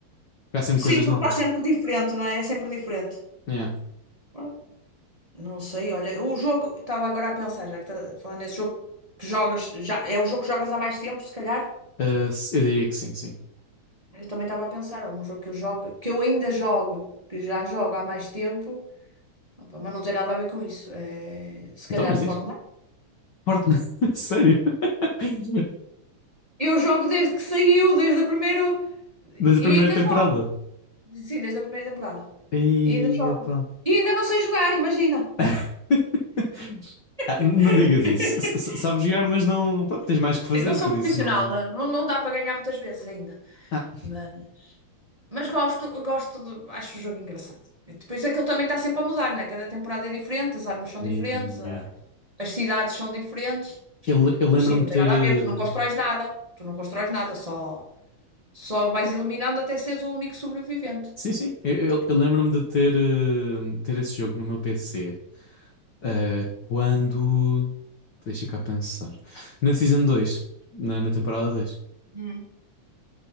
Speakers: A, on the left; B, on the right.
A: Porque há sempre
B: Sim,
A: coisas
B: porque
A: novas.
B: está sempre diferente, não é? É sempre diferente.
A: É.
B: Ah, Não sei, olha, o jogo, estava agora a pensar, já que está falando nesse jogo que jogas, já é o jogo que jogas há mais tempo, se calhar.
A: Uh, eu diria que sim, sim.
B: Eu também estava a pensar, algum jogo que eu jogo, que eu ainda jogo, que já jogo há mais tempo, opa, mas não tem nada a ver com isso. É, se calhar
A: Então, mas
B: o
A: diz.
B: Fortnite.
A: Fortnite. <laughs> Sério? <laughs>
B: Eu jogo desde que saiu, desde a primeira.
A: Desde
B: E
A: a primeira
B: ainda
A: temporada.
B: jogo. Sim, desde a primeira temporada.
A: Ei,
B: E ainda jogo.
A: epá.
B: E ainda não sei jogar, imagina.
A: <laughs> Ah,
B: <laughs>
A: n- não digas isso. S- s- Sabes jogar, mas não. Pronto, tens mais que fazer,
B: Sim, Não sou
A: por
B: profissional,
A: isso não.
B: não, não, não dá para ganhar muitas vezes ainda.
A: Ah,
B: Mas, mas gosto, gosto de, acho o jogo engraçado. E Depois é que ele também está sempre a mudar, né? Cada temporada é diferente, as armas são
A: yeah,
B: diferentes,
A: yeah.
B: a- as cidades são diferentes.
A: Eu, le- eu lembro-me
B: Mas sim, não
A: de
B: tem
A: ter.
B: nada
A: eh,
B: a ver, tu não constróis nada, tu não constróis nada, só, só vais eliminando até seres o único sobrevivente.
A: Sim, sim. Eu, eu- eu lembro-me de ter, eh, ter esse jogo no meu PC. eh, quando. Deixa cá pensar. Na Season 2, Na, na temporada 2.
B: Hum.